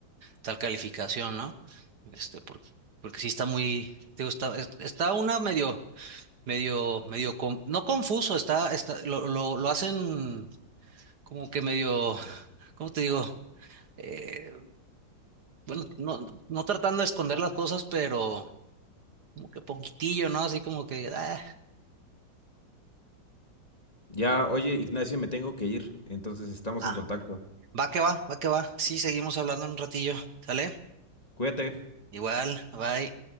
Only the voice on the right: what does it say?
tal calificación, ¿no? Este, porque, porque sí está muy, digo, está, es- está una medio, medio, medio, con- no confuso, está, está, lo, lo, lo hacen como que medio, ¿cómo te digo? Eh, bueno, no, no tratando de esconder las cosas, pero como que poquitillo, ¿no? Así como que, ah,
ah,
va que va, va que va. Sí, seguimos hablando en un ratillo, ¿sale?
Igual, bye.